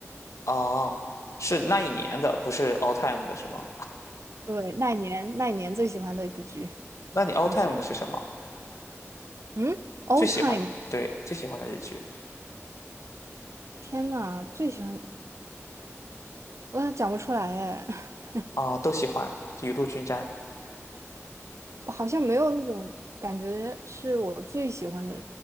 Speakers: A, on the left; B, on the right.
A: 啊，是那一年的，不是 all time 的，是吗？
B: 对，那一年那一年最喜欢的一部剧
A: 那你 all
B: 《重启人》。
A: time 的是什么？
B: 嗯，All
A: 最喜欢的，
B: Time，
A: 对，最喜欢的日剧
B: 天呐，最喜欢我讲不出来耶。<laughs>
A: 啊，都喜欢《雨露均沾》。
B: 我好像没有那种感觉是我最喜欢的。